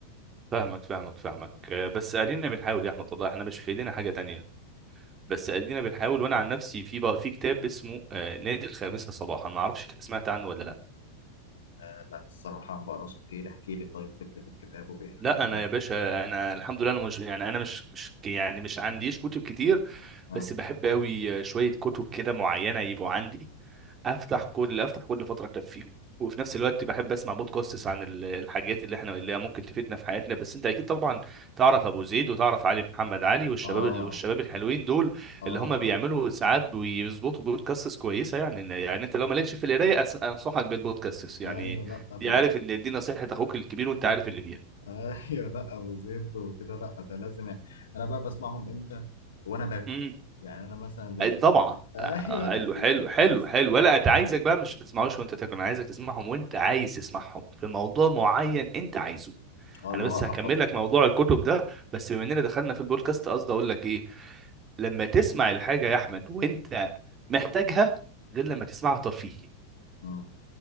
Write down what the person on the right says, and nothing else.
فاهمك فاهمك فاهمك آه، بس ادينا بنحاول يا احمد والله احنا مش في ايدينا حاجه تانية بس ادينا بنحاول وانا عن نفسي في بقى في كتاب اسمه آه، نادي الخامسة صباحا ما اعرفش انت سمعت عنه ولا لا
لا
انا
يا باشا انا الحمد لله انا مش يعني انا مش مش يعني مش عنديش كتب كتير
بس بحب قوي شوية كتب كده معينة يبقوا عندي افتح كل افتح كل فتره اكفيهم وفي نفس الوقت بحب اسمع بودكاستس عن ال- الحاجات اللي احنا اللي ممكن تفيدنا في حياتنا بس انت اكيد طبعا تعرف ابو زيد وتعرف علي محمد علي والشباب
ال- والشباب الحلوين دول
اللي
هم بيعملوا ساعات بيظبطوا بودكاستس كويسه يعني إن- يعني انت لو مالكش في القرايه أس- انصحك بالبودكاستس يعني
دي عارف
ان دي نصيحه اخوك الكبير وانت عارف اللي
فيها
طبعا
حلو
حلو
حلو حلو ولا انت عايزك بقى مش تسمعوش وانت تاكل انا عايزك تسمعهم وانت عايز تسمعهم في موضوع معين انت عايزه
انا بس
هكمل
لك موضوع الكتب ده بس بما اننا دخلنا في البودكاست قصدي اقول لك ايه لما تسمع الحاجه يا احمد وانت محتاجها غير لما تسمعها ترفيهي